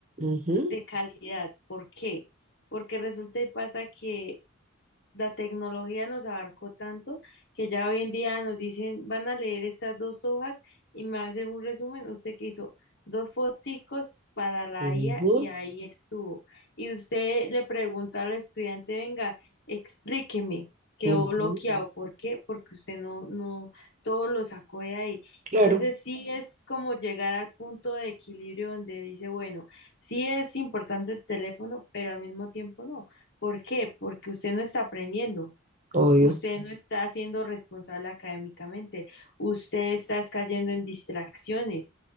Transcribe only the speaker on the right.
Ujú,
ujú,
ujú.
Claro,
obvio.